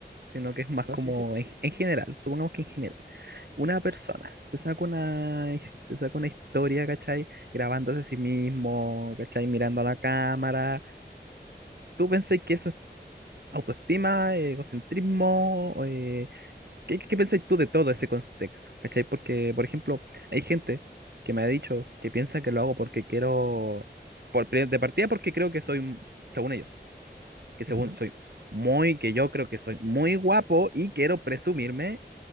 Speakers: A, on the right; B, on the right.
A: sino que es más
B: No,
A: como
B: sí, sí.
A: en, en general, supongamos que en general, una persona se saca una, se saca una historia, ¿cachai? Grabándose a sí mismo, ¿cachai? Mirando a la cámara. ¿Tú pensás que eso es autoestima, eh, egocentrismo? eh, ¿qué, qué pensás tú de todo ese contexto, ¿cachai? Porque, por ejemplo, hay gente que me ha dicho que piensa que lo hago porque quiero, por, pri- de partida porque creo que soy, m- según ellos, que según
B: Ujú.
A: soy muy, que yo creo que soy muy guapo y quiero presumirme